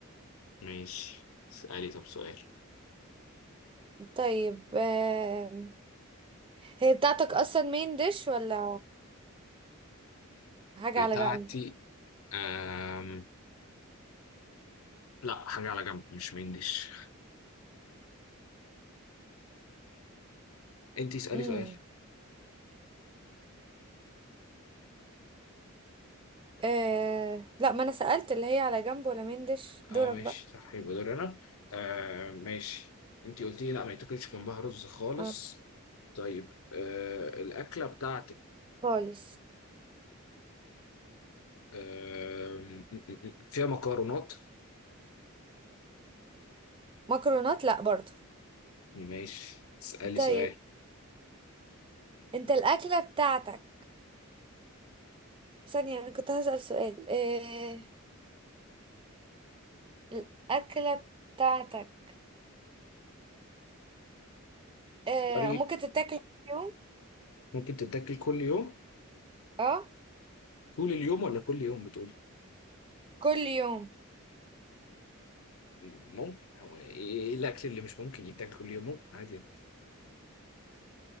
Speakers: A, on the left; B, on the right.
A: ماشي اسالي طب سؤال
B: طيب آم، هي بتاعتك اصلا مين ديش ولا حاجة
A: بتاعتي
B: على جنب
A: آم... لا حاجه على جنب مش مين ديش انت اسالي
B: امم
A: سؤال
B: آه لا ما انا سألت اللي هي على جنب ولا مين ديش
A: اه
B: دورك
A: ماشي
B: بقى
A: صح يبقى دور انا آه... ماشي انت قلتي لي لا ما يتاكلش جنبها رز خالص
B: آه.
A: طيب آه... الاكله بتاعتك
B: خالص
A: آم، فيها مكرونات
B: مكرونات لا برضو
A: ماشي اسألي
B: طيب
A: سؤال
B: انت الأكلة بتاعتك ثانية أنا كنت هسأل سؤال إيه الأكلة بتاعتك إيه
A: طريق
B: ممكن تتاكل كل يوم؟
A: ممكن تتاكل كل يوم
B: اه
A: طول اليوم ولا كل يوم بتقول
B: كل يوم
A: ممكن هو ايه إيه الاكل اللي مش ممكن يتاكل كل يوم ممكن عادي